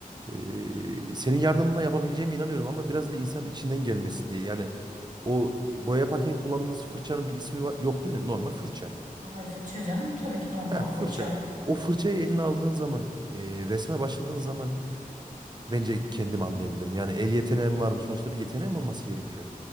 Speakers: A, on the right; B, on the right.
A: Ee, senin yardımına yapabileceğime inanıyorum ama biraz da insanın içinden gelmesi diye. Yani o boya yaparken kullandığınız fırçanın bir ismi var, yok değil mi? Normal fırça.
B: Ay fırça canım tabii ki normal
A: He
B: fırça.
A: fırça. O fırçayı eline aldığın zaman, e, resme başladığın zaman bence kendim anlayabilirim. Yani el yeteneğim var mı? Sonuçta bir yeteneğim olması gerekiyor.